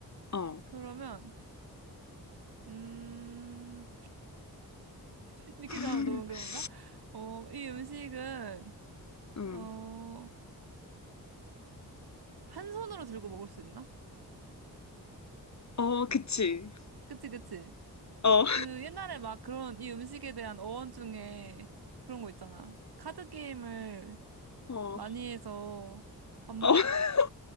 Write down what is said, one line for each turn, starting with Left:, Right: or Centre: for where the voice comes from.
Left: 어,
Right: 그러면, 음, 이렇게
Left: <laughs>
Right: 가면 너무 그런가? 어, 이 음식은,
Left: 음,
Right: 어, 한 손으로 들고 먹을 수 있나?
Left: 어, 그치.
Right: 그치, 그치.
Left: 어,
Right: 그 옛날에 막 그런 이 음식에 대한 어원 중에 그런 거 있잖아. 카드 게임을
Left: 어,
Right: 많이 해서 밥 먹,
Left: 어, <laughs>